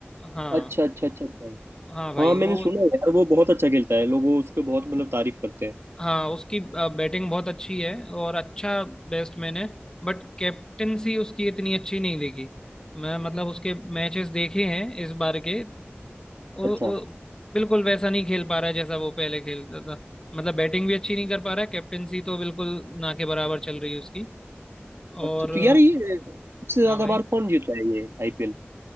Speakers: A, on the left (about 15°); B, on the right (about 70°).
A: हाँ
B: अच्छा अच्छा अच्छा अच्छा
A: हाँ भाई
B: हाँ मैंने
A: वो
B: सुना है यार वो बहुत अच्छा खेलता है लोग उसके बहुत मतलब तारीफ करते हैं
A: हाँ उसकी बैटिंग बहुत अच्छी है और अच्छा बैट्समैन है बट कैप्टेंसी उसकी इतनी अच्छी नहीं दिखी मैं मतलब उसके मैचेस देखे हैं इस बार के वो,
B: अच्छा
A: वो बिल्कुल वैसा नहीं खेल पा रहा है जैसा वो पहले खेलता था मतलब बैटिंग भी अच्छी नहीं कर पा रहा है कैप्टेंसी तो बिल्कुल ना के बराबर चल रही है उसकी और
B: अच्छा तो यार ये सबसे ज्यादा
A: हाँ भाई
B: बार कौन जीता है ये आईपीएल